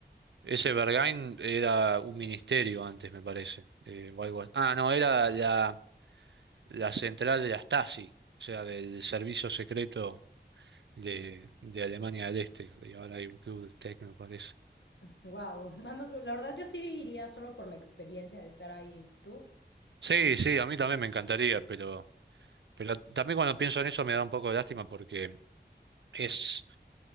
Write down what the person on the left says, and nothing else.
Wow, <laughs> vamos, la verdad yo sí iría solo por la experiencia de estar ahí. ¿Tú?